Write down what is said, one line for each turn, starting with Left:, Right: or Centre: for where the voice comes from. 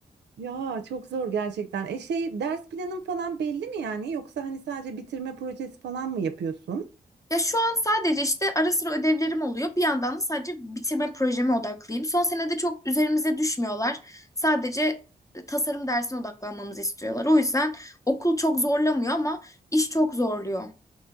Right: Ya çok zor gerçekten. E şey ders planın falan belli mi yani? Yoksa hani sadece bitirme projesi falan mı yapıyorsun?
Left: Ya şu an sadece işte ara sıra ödevlerim oluyor. Bir yandan da sadece bitirme projeme odaklıyım. Son senede çok üzerimize düşmüyorlar. Sadece e, tasarım dersine odaklanmamızı istiyorlar. O yüzden okul çok zorlamıyor ama iş çok zorluyor.